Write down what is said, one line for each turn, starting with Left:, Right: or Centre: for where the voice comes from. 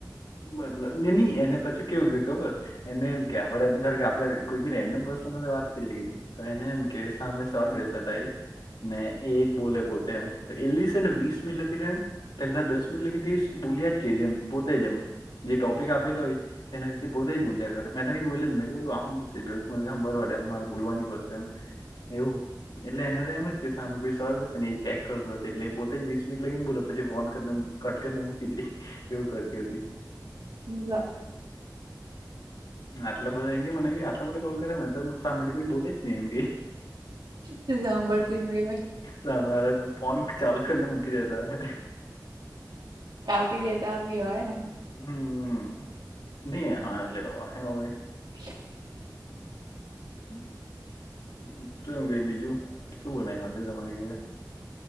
Left: મતલબ ની ની એને પછી કેવું થયું ખબર એને એમ કે આપદે ધારેકે આપણે કોઈ બી રેન્ડમ પર્સન હાતે વાત કરીએ તો એને એમ કે સામે સર બેસેલા હોઈ ને એ બોલે પોતે એમ તો એ લસે ને વીસ મિનિટ લગી એમ પેલા દસ મીન્સ કે એ બોલ્યા જ કરયુ એમ પોતેજ એમ જે ટોપિક આપેલો હોય તેના વિશે પોતે જ બોલ્યા કરે મેં તો કઈ બોલુ જ ની મે કીધું આ હુ <unintelligible> મારે બોલવાની પડશે એમ એવું એટલે એને તો એમ જ કે સામે કોઈ સવાલ પૂછેસે ને એ ચેક કરતો હશે એટલે પોતે જ વીસ મિટ લાગીને બોલો પછી ફોન કરી ને કટ કરી ને મૂકી દી એવું કરતી હતી
Right: <inaudible>
Left: આટલા બધા એ મને આટલા માટે કોલ કર્યાને તો શામે થી કોઈ બોલે જ નને એમ
Right: તું સાંભળતી જ નહી હોય
Left: સામે વાળા ફોન ચાલુ કરીને મૂકી દેતા હશે
Right: કાપી દેતા બી હોય ને
Left: હમ ની હા એટલે હોવે હવે
Right: <inaudible>
Left: <inaudible> તું એમ કે બીજું શું બનાવ્યુ આજે તમારી ઘરે